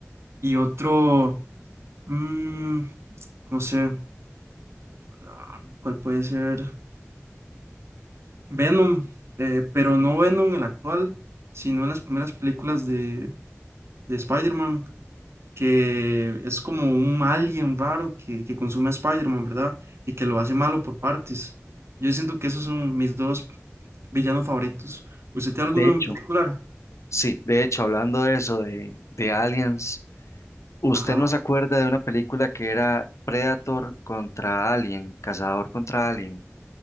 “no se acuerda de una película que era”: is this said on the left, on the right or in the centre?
Left